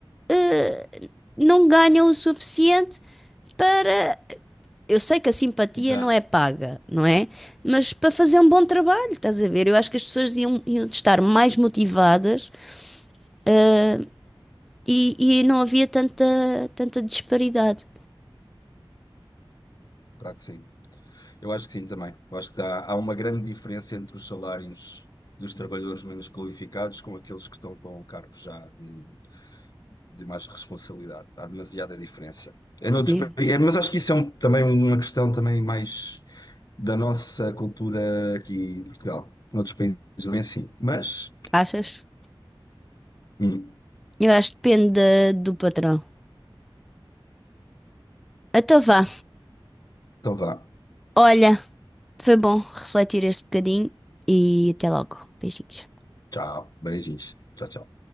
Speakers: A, in the centre; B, on the left (about 45°).
A: eh, não ganham o suficiente para Eu sei que a simpatia
B: Exato.
A: não é paga, não é? Mas para fazer um bom trabalho, estás a ver? Eu acho que as pessoas iam, iam estar mais motivadas, ah, e, e não havia tanta, tanta disparidade.
B: Claro que sim. Eu acho que sim também. Eu acho que há, há uma grande diferença entre os salários dos trabalhadores menos qualificados com aqueles que estão com cargos já de, de mais responsabilidade. Há demasiada diferença. É noutros
A: E-
B: pa- é, mas acho que isso é um- também uma questão também mais da nossa cultura aqui em Portugal. Noutros países não é assim. Mas,
A: Achas?
B: hum,
A: Eu acho que depende da- do patrão. Então vá.
B: então vá.
A: Olha, foi bom refletir este bocadinho e até logo. Beijinhos.
B: Tchau. Beijinhos. Tchau, tchau.